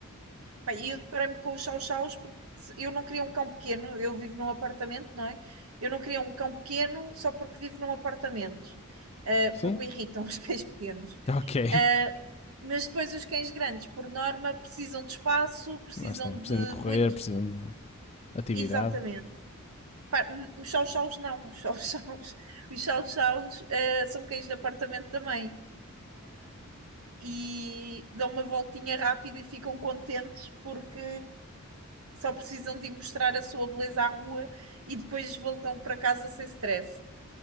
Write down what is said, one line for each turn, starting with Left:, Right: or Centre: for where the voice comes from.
Right: pá, eu deparei-me com os chow-chows porque se- eu não queria um cão pequeno, eu vivo num apartamento, não é? Eu não queria um cão pequeno só porque vivo num apartamento, eh,
Left: Sim,
Right: porque me irritam <laughs> os cães pequenos.
Left: ok.
Right: Uh, mas depois os cães grandes, por norma, precisam de espaço, precisam
Left: Lá está, precisam
Right: de
Left: de correr,
Right: muito.
Left: precisam de atividade,
Right: Exatamente. Pá, Os chow-chows não, os chow-chows, <laughs> os chow-chows, uh, são cães de apartamento também e dão uma voltinha rápida e ficam contentes porque só precisam de ir mostrar a sua beleza à rua e depois voltam para casa sem stress.